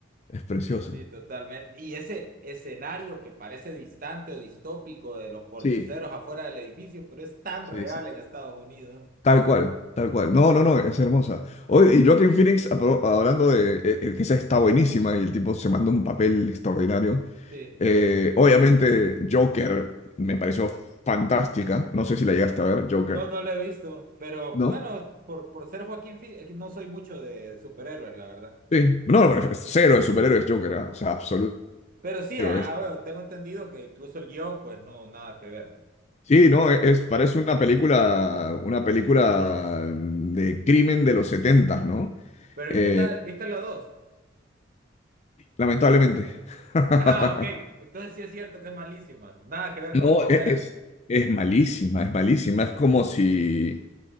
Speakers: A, on the left; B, on the right.
A: es preciosa.
B: Sí, sí, totalmente. Y ese escenario que parece distante o distópico de los pordioseros
A: Sí,
B: afuera del edificio, pero es tan
A: sí,
B: real
A: sí.
B: en Estados Unidos.
A: Tal cual, tal cual. No, no, no, es hermosa. Hoy, y Joaquin Phoenix, apro- hablando de eh, el que esa está buenísima y el tipo se mandó un papel extraordinario.
B: Sí, sí.
A: Eh, obviamente, Joker me pareció fantástica. No sé si la llegaste a ver, Joker.
B: No, no lo he visto, pero
A: ¿no?
B: bueno, por, por ser Joaquín Phoenix, no soy mucho de superhéroes, la verdad.
A: Sí, no, pero es cero de superhéroes Joker, ah, O sea, absoluto
B: Pero sí,
A: cero
B: ah,
A: es.
B: ah, bueno, tengo entendido que incluso el guión, pues no, nada que ver. ¿no?
A: Sí, no, es, es- parece una película, una película de crimen de los setentas, ¿no?
B: Pero
A: Eh,
B: ¿y qué tal? ¿Viste la dos?
A: lamentablemente. <laughs>
B: Ah, ok. Entonces sí es cierto que es malísima. Nada que ver
A: No,
B: con la primera.
A: e- es, es malísima, es malísima. Es como si,